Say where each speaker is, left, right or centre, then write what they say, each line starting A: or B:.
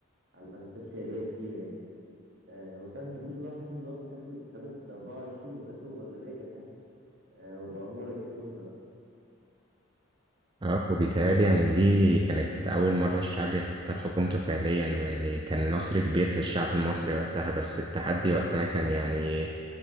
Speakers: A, on the right; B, on the right.
A: على الملفات السيادية كتير يعني آه، وساعة زبلول بقى وحزب الوفد دخلوا انتخابات 24 وكسبوا بأغلبية كاسحة آه، وبقى هو رئيس الوزراء
B: اه وبيتهيألي يعني دي كانت أول مرة الشعب يختار حكومته فعليا ويعني كان نصر كبير للشعب المصري وقتها بس التحدي وقتها كان يعني